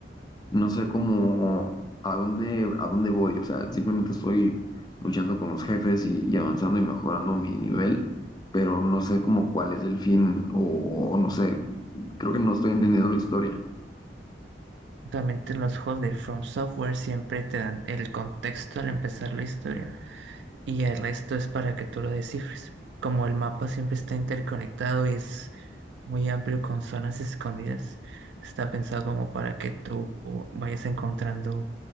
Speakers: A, on the left (about 25°); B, on the right (about 75°).
A: no sé cómo a dónde, a dónde voy. O sea, simplemente estoy luchando con los jefes y, y avanzando y mejorando mi nivel, pero no sé cómo cuál es el fin o, o no sé, creo que no estoy entendiendo la historia.
B: Actualmente en los juegos de From Software siempre te dan el contexto al empezar la historia. y el resto es para que tú lo descifres. Como el mapa siempre está interconectado y es muy amplio con zonas escondidas, está pensado como para que tú vayas encontrando